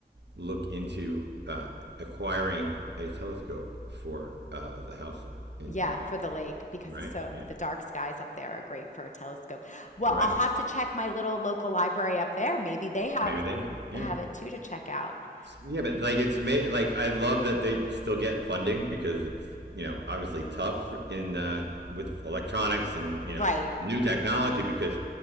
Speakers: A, on the right (about 90°); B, on the left (about 45°).
A: look into uh, acquiring a telescope for uh, the house in
B: Yeah,
A: New Hampshire,
B: for the lake because
A: right?
B: it's so
A: Yeah.
B: the dark skies up there are great for a telescope. Well,
A: All right.
B: I'll have to check my little local library up there. Maybe they have
A: Maybe they have it. Yeah.
B: have it too to check out.
A: Yeah, but like it's amazing. Like I love that they still get funding because it's you know obviously tough in uh, with electronics and you
B: Right.
A: know new technology because